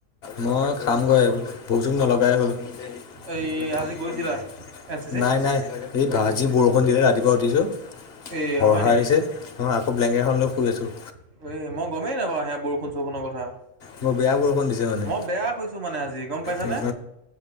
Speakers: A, on the left; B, on the right.
A: মই খামগৈ আৰু ভুক চুক নলগাই হ'ল। <unintelligible>
B: এই আজি গৈছিলা এন চি চি
A: নাই- নাই। এই বা যি বৰষুণ দিলে, ৰাতিপুৱা উঠিছোঁ,
B: এই
A: হৰ
B: হয়
A: হৰাই
B: নেকি
A: দিছে। অ', আকৌ ব্লেংকেতখন লৈ শুই আছোঁ।
B: <unintelligible> এ মই গমেই নাপাওঁ সেয়া বৰষুণ চৰষুণৰ কথা,
A: বৰ বেয়া বৰষুণ দিছে মানে।
B: মই বেয়া হৈছো মানে আজ জি গম পাইছানে,
A: অ',